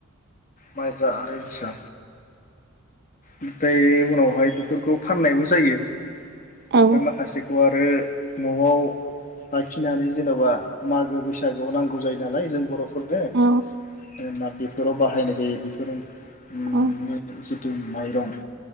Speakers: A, on the left; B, on the right.
A: माइब्रा आरो जोसा ओमफ्राय उनावहाय बेफोरखौ फाननायबो जायो
B: औ
A: ओमफ्राय माखासे आरो न'आव लाखिनानै जेनेबा मागो बैसागुआव नांगौ जायो नालाय जों बर' खुरनो
B: औ
A: जोना बेफोराव बाहायनाय जायो बेफोरावनो
B: औ
A: उ द माइरं